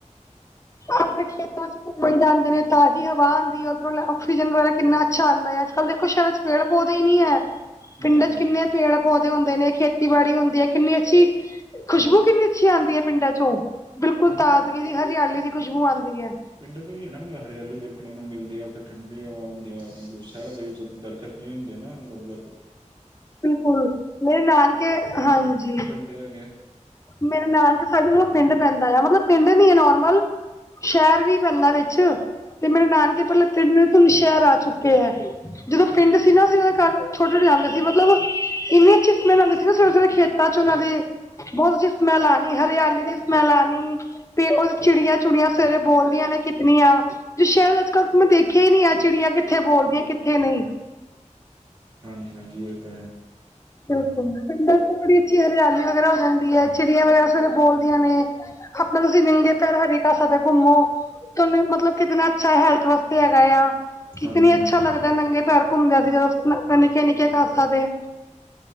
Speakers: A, on the left; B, on the right.
A: ਆਪਣੇ ਖੇਤਾਂ 'ਚ ਘੁੰਮਣ ਜਾਂਦੇ ਨੇ, ਤਾਜ਼ੀ ਹਵਾ ਆਂਦੀ, ਓਧਰੋਂ ਆਕਸੀਜਨ ਵਗੈਰਾ ਕਿੰਨਾ ਅੱਛਾ ਆਂਦਾ ਆ। ਅੱਜ-ਕੱਲ੍ਹ ਦੇਖੋ, ਸ਼ੈਰਾਂ 'ਚ ਪੇੜ ਪੌਦੇ ਈ ਨੀ ਐ।
B: ਹਾਂਜੀ
A: ਪਿੰਡਾਂ 'ਚ
B: ਹਾਂਜੀ
A: ਕਿੰਨੇ ਪੇੜ-ਪੌਦੇ ਹੁੰਦੇ ਨੇ। ਖੇਤੀਬਾੜੀ ਹੁੰਦੀ ਐ ਕਿੰਨੀ ਅੱਛੀ। ਖੁਸ਼ਬੂ ਕਿੰਨੀ ਅੱਛੀ ਆਂਦੀ ਏ ਪਿੰਡਾਂ ਚੋਂ, ਬਿਲਕੁਲ
B: ਹਾਂਜੀ
A: ਤਾਜ਼ਗੀ ਦੀ ਹਰਿਆਲੀ ਦੀ ਖੁਸ਼ਬੂ ਆਂਦੀ ਐ।
B: ਪਿੰਡ ਤੋਂ ਓਈ ਐ ਨਾ ਮਤਲਬ ਹਰਿਆਲੀ ਦੇਖਣ ਨੂੰ ਮਿਲਦੀ, ਓਥੇ ਠੰਢੀਆਂ ਹਵਾ ਹੁੰਦੀਆਂ। ਸ਼ੈਰ ਦੇ ਵਿੱਚ ਦਰ ਖਤਮ ਈ ਹੁੰਦੇ ਨਾ, ਮਤਲਬ ਓ
A: ਬਿਲਕੁਲ, ਮੇਰੇ ਨਾਨਕੇ ਹਾਂਜੀ।
B: ਤੇ ਹੈਗੇ।
A: ਮੇਰਾ ਨਾਨਕੇ ਸਾਇਡ ਨਾ ਪਿੰਡ ਪੈਂਦਾ, ਆ ਮਤਲਬ ਪਿੰਡ ਨੀ ਐ ਨੋਰਮਲ ਸ਼ੈਰ ਵੀ ਪੈਂਦਾ ਵਿੱਚ। ਅੱਛਾ ਤੇ ਮੇਰੇ ਨਾਨਕੇ ਪੈਲਾਂ ਪਿੰਡ ਵਿਚ ਸੀ ਹੁਣ ਸ਼ੈਰ ਆ ਚੁੱਕੇ ਐ। ਜਿਦੋਂ ਪਿੰਡ ਸੀ ਨਾ ਅਸੀਂ ਓਨਾ ਦੇ ਘਰ ਛੋਟੇ-ਛੋਟੇ ਆਂਂਦੇ ਸੀ, ਮਤਲਬ ਅੱਛੀ ਸਮੈਲ ਆਂਦੀ ਸੀ ਸਵੇਰੇ-ਸਵੇਰੇ ਖੇਤ ਚੋਂ ਓਨਾਂ ਦੇ ਬੋਤ ਅੱਛੀ ਸਮੈਲ ਆਣੀ, ਹਰਿਆਲੀ ਦੀ ਸਮੈਲ ਆਣੀ। ਤੇ ਓ ਚਿੜੀਆਂ ਚੁੜੀਆਂ ਸਵੇਰੇ ਬੋਲਦੀਆਂ ਨੇ ਕਿਤਨੀਆਂ। ਜੇ ਸ਼ੈਰ ਵਿਚ ਅੱਜ-ਤਕ ਮੈਂ ਦੇਖਿਆ ਈ ਨੀ ਐ, ਚਿੜੀਆਂ ਕਿੱਥੇ ਬੋਲਦੀਆਂ ਕਿੱਥੇ ਨਈ।
B: ਹਾਂਜੀ ਹਾਂਜੀ ਏ ਤਾਂ ਐ।
A: ਬਿਲਕੁਲ ਪਿੰਡ ਵਿੱਚ ਬੜੀ ਅੱਛੀ ਹਰਿਆਲੀ ਵਗੈਰਾ ਹੋ ਜਾਂਦੀ ਐ। ਚਿੜੀਆਂ ਵਗੈਰਾ ਸਵੇਰੇ ਸਵੇਰੇ ਬੋਲਦੀਆਂ ਨੇ। ਆਪਣਾ ਤੁਸੀ ਨੰਗੇ ਪੈਰ ਹਰੀ ਘਾਸਾਂ ਤੇ ਘੁੰਮੋ। ਤੁੁਆਨੂੰ ਮਤਲਬ ਕਿਤਨਾ ਅੱਛਾ ਹੈਲਥ ਵਾਸਤੇ ਹੈਗਾ ਆ। ਕਿਤਨੀ
B: ਹਾਂਜੀ
A: ਅੱਛਾ
B: ਹਾਂਜੀ
A: ਲੱਗਦਾ ਨੰਗੇ ਪੈਰ ਘੁੰਮਦੇ ਸੀ, ਅਸੀ ਜਦੋਂ ਨਿੱਕੇ ਨਿੱਕੇ ਘਾਸਾਂ ਤੇ।